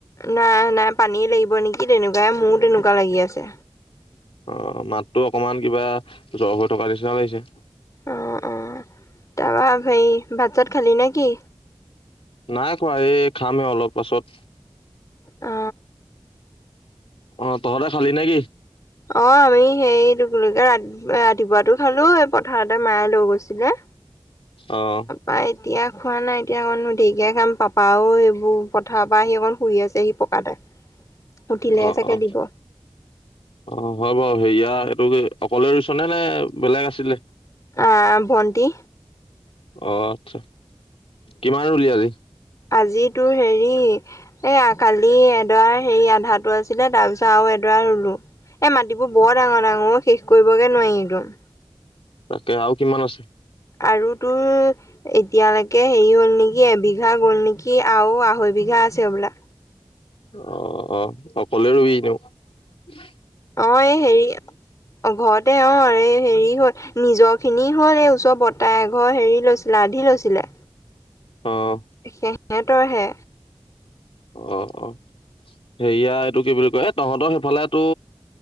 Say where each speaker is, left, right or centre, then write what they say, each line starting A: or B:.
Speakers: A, on the left; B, on the left.
A: নাই নাই পানীয়ে লাগিব নেকি তেনেকুৱাই মোৰো তেনেকুৱা লাগি আছে।
B: অ' মাততো অকমান কিবা জ্বৰ হৈ থকা নিচিনা লাগিছে।
A: অ অ, তাৰপৰা হেৰি ভাত- চাত খালি নেকি?
B: নাই খোৱা এই খামেই অলপ পাছত।
A: অ
B: অ' তহঁতে খালি নে কি?
A: অ' আমি সেইটোক লৈকে ৰাতি ৰাতিপুৱাটো খালো এই পথাৰতে মায়ে লৈ গৈছিলে।
B: অঁ।
A: পাই এতিয়া খোৱা নাই, এতিয়া অকণ ঢেকীয়া খাম পাপাও এইবোৰ পথাৰৰ পৰা আহি অকণ শুই আছেহি। পকাতে। উঠিলেহে
B: অ
A: চাগে
B: অ,
A: দিব
B: অ হয় বাৰু সেয়া এইটো কি অকলে ৰুইছ নে বেলেগ আছিলে?
A: আহ ভণ্টি।
B: অ' আচ্ছা কিমান ৰুলি আজি?
A: আজিতো হেৰি এই কালি এডৰা হেৰি আধাটো আছিলে তাৰ পিছত আৰু এডৰা ৰুলো। এ, মাটিবোৰ বৰ ডাঙৰ - ডাঙৰ শেষ কৰিবগে নোৱাৰি একদম।
B: তাকে আও কিমান আছে?
A: আৰু তোৰ এতিয়ালৈকে হেৰি হ'ল নেকি এবিঘা গ'ল নেকি আৰু আঢ়ৈবিঘা আছে হবলা।
B: অ অ, অকলে ৰুই দিও চু।
A: অ' এই হেৰি অ' ঘৰতে অ এই হেৰি হল নিজৰখিনি হল এই ওচৰ বৰতাহ এ ঘৰ হেৰি লৈছ লাধি লৈছিলে।
B: অঁ।
A: সেহতৰ হে।
B: অ অ, সেয়া এইটো কি বুলি কয় তহঁতৰ সেইফালেতো